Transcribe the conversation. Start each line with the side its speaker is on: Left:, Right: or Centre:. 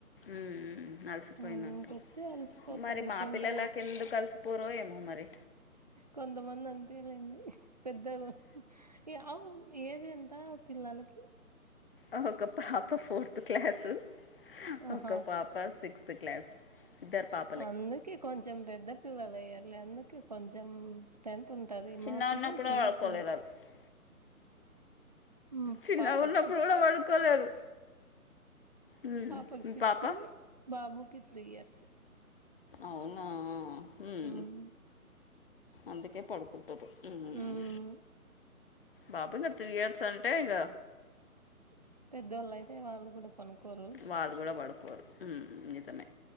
Left: ఉమ్మ్ ఉమ్మ్ అలిసిపోయినట్టు,
Right: ఇంకొచ్చి అలసిపోతారు
Left: మరి మా
Right: తింటారు
Left: పిల్లలాకి ఎందుకు కలిసిపోరో ఏమో మరి.
Right: కొంతమంది అంతేలేండి పెద్దలు ఏ అవ్ ఏజ్ ఎంత పిల్లలకి
Left: ఓ ఒక పాప ఫోర్త్ క్లాసు,
Right: ఆహా
Left: ఒక పాప సిక్స్త్ క్లాస్ ఇద్దరు పాపలే
Right: అందుకే కొంచెం పెద్ద పిల్లలు అయ్యర్లే, అందుకే కొంచెం టెన్త్ ఉంటది,
Left: చిన్నగా
Right: మా పిల్లలు
Left: ఉన్నప్పుడు
Right: చిన్న
Left: పడుకోలేరు
Right: పిల్లలు.
Left: వాళ్ళు
Right: ఉమ్
Left: చిన్నగా
Right: పాపకి
Left: ఉన్నప్పుడు
Right: సిక్స్.
Left: కూడా పడుకోలేరు ఉమ్,
Right: పాపకి
Left: మీ
Right: సిక్స్,
Left: పాప
Right: బాబుకి త్రీ ఇయర్స్.
Left: అవునా హుమ్
Right: మ్
Left: అందుకే పడుకుంటారు ఉహుమ్
Right: మ్
Left: బాబు ఇంగ త్రీయర్స్ అంటే ఇంగ
Right: ఉమ్ పెద్దోళ్ళు అయితే వాళ్ళు గుడా పనుకోరు
Left: వాళ్ళు కూడా పడుకోరు ఉమ్, నిజమే